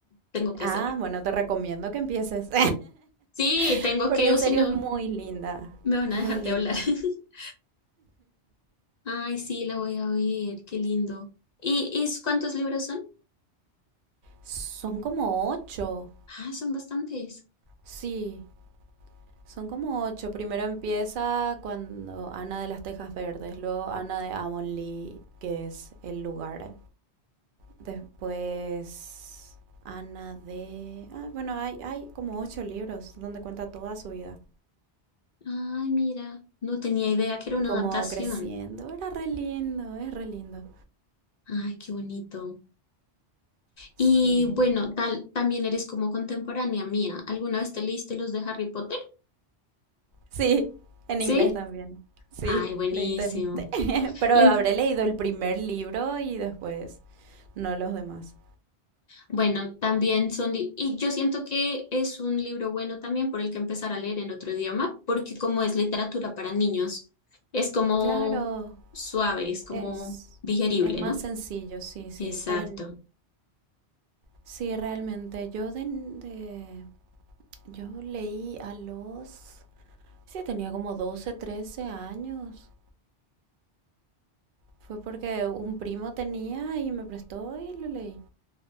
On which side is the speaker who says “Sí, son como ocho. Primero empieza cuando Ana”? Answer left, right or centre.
Right